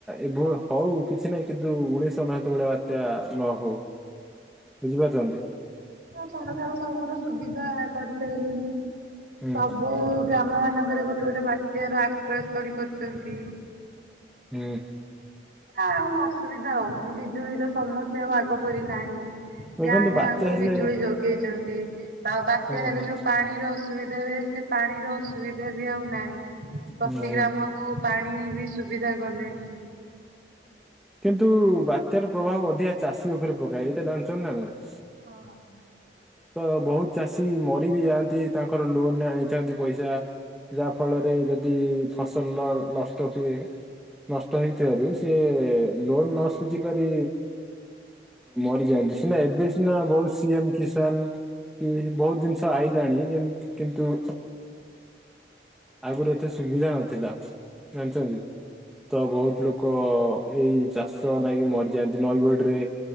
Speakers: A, in the centre; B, on the right.
A: ଏଭଳି, ହଉ କିଛି ନାହିଁ କିନ୍ତୁ ଉଣେଇଶ ଅନେଶୋତ ଭଳିଆ ବାତ୍ୟା ନ ହଉ। ବୁଝିପାରୁଚନ୍ତି।
B: ସରକାର ସବୁୁର ସୁବିଧା କରିସାଇଲେଣି।
A: ହୁଁ
B: ସବୁ ଗ୍ରାମ ମାନଙ୍କରେ ଗୋଟେ ଗୋଟେ ବାତ୍ୟା ର ଆଶ୍ରୟ ସ୍ଥଳୀ କରିଚନ୍ତି।
A: ହୁଁ।
B: ଆଉ ଅସୁବିଧା ହଉନି, ବିଜୁଳିର ସମସ୍ୟା ଆଉ ଆଗ ପରି ନାହିଁ।
A: ଦେଖନ୍ତୁ
B: ଗାଁ ଗାଁ
A: ବାତ୍ୟା
B: କୁ
A: ହେଲେ
B: ବିଜୁଳି ଯୋଗେଇଚନ୍ତି, ତ ବାତ୍ୟା
A: ହଁ
B: ହେଲେ
A: ହଁ
B: ଯୋଉ ପାଣିର। ଅସୁବିଧା ହୁଏ, ସେ ପାଣିର ଅସୁବିଧା ବି ଆଉ ନାହିଁ ପ୍ରତି
A: ହୁଁ।
B: ଗ୍ରାମ। ପାଣି ବି ସୁବିଧା କଲେଣି।
A: କିନ୍ତୁ ବାତ୍ୟାର ପ୍ରଭାବ ଅଧିକା ଚାଷୀ ଉପରେ ପକାଏ, ଏଇଟା ଜାଣିଚନ୍ତି ନା ନାହିଁ?
B: ହଁ।
A: ତ ବହୁତ୍ ଚାଷୀ ମରି ବି ଯାଆନ୍ତି ତାଙ୍କର ଲୋନରେ ଆଣିଥାନ୍ତି ପଇସା। ଯାହା ଫଳରେ ଯଦି ଫସଲ ଲ ନଷ୍ଟ ହୁଏ। ନଷ୍ଟ ହେଇଥିବାରୁ ସିଏ। ଲୋନ ନ ସୁୁଝି ପାରି ମରିଯାଆନ୍ତି, ସିନା ଏବେ ସିନା ବହୁତ ସିଏ। କିଷାନ, କି ବହୁତ୍ ଜିନିଷ ଆଇଲାଣି କିନ୍ତୁ। ଆଗୁରୁ ଏତେ ସୁବିଧା ନଥିଲା ଜାଣିଚନ୍ତି, ତ ବହୁତ୍ ଲୋକ ଏଇ। ଚାଷ ନାଗି ମରି ଯାଆନ୍ତି, ନଈ ବଢ଼ିରେ